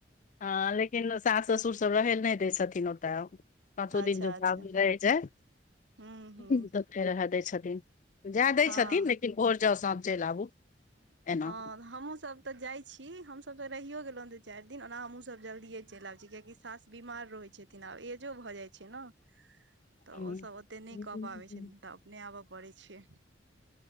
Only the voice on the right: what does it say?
अच्छा
अच्छा
हूँ हूँ
हँ
हँ हमहू सब तऽ जाइ छी हमस तऽ रहियो गेलहुँं दू चारि दिन ओना हमहूँ सब जलदिए चलि आबै छी कियाकि सास बीमार रहे छ थिन आब एजो भऽ जाइ छै न तऽ
ओसभ ओते नहि कऽ पाबै छथिन नहि आबऽ पड़ै छै